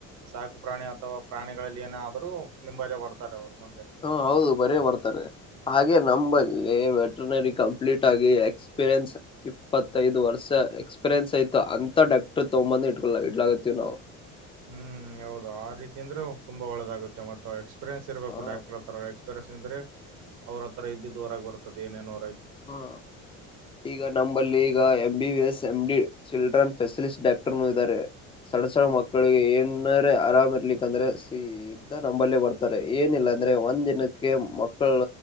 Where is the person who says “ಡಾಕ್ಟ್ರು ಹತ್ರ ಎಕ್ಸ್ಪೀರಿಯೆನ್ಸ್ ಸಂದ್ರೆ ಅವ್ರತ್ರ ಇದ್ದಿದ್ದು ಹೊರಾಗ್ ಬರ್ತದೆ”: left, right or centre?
Right